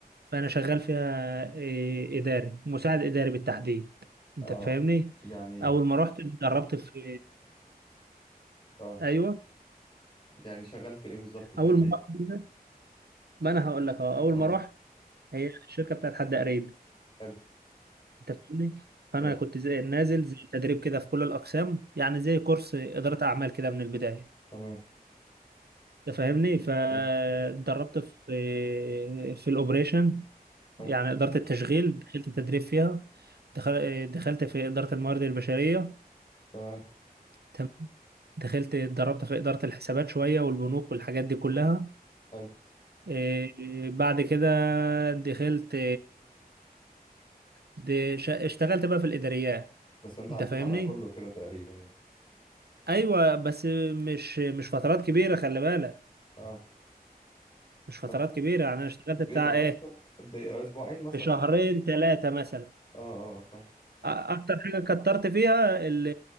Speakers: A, on the right; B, on the left.
A: فأنا شغال فيها إيه، إداري مساعد إداري بالتحديد أنت
B: اه
A: فاهمني؟
B: يعني
A: أول ما رحت اتدربت في
B: اه
A: ايوه
B: يعني شغال في ايه بالظبط بتعمل
A: اول ما
B: ايه
A: رحت كده- ما انا هقول لك اهو اول
B: اه
A: ما رحت هي الشركه بتاعت حد قريب
B: حلو
A: انت فاهمني فانا
B: ف-
A: كنت زي نازل زي تدريب كده في كل الاقسام يعني زي كورس اداره اعمال كده من البدايه
B: تمام
A: انت فاهمني فاتدربت
B: ف-
A: في في الاوبريشن
B: حلو
A: يعني اداره التشغيل دخلت تدريب فيها دخل- دخلت في اداره الموارد البشريه
B: تمام
A: تمام دخلت اتدربت في اداره الحسابات شويه والبنوك والحاجات دي كلها
B: حلو
A: إيه، بعد كده دخلت دي شا... اشتغلت بقى في الاداريات
B: بس انت
A: انت
B: عديت
A: فاهمني
B: على كله كده تقريبا يعني
A: ايوه بس مش مش فترات كبيره خلي بالك
B: اه
A: مش فترات
B: اه
A: كبيره يعني انا اشتغلت بتاع
B: بيبقى بس
A: ايه
B: قد ايه اسبوعين مثلا
A: في شهرين ثلاثه مثلا
B: اه اه فاهم
A: أ- اكتر حاجه كترت فيها ال...